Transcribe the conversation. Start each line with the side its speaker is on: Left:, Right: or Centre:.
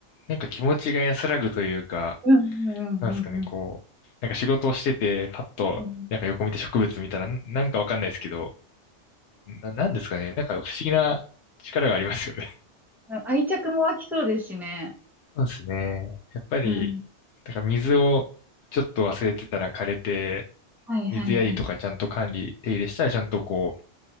Left: なんか気持ちが安らぐというか、
Centre: うん、うん、
Left: なんですかね、
Centre: うん、うん。
Left: こう、なんか仕事をしてて、パッと、
Centre: うん
Left: なんか横見て植物見たら、なんなんかわかんないですけど、な、なんですかね。なんか不思議な力がありますよね。
Centre: 愛着も湧きそうですしね。
Left: そうですね。やっぱり、
Centre: うん。
Left: だから水をちょっと忘れてたら枯れて、
Centre: はい、
Left: 水やりとかちゃんと管理、
Centre: はい、はい。
Left: 手入れしたらちゃんとこ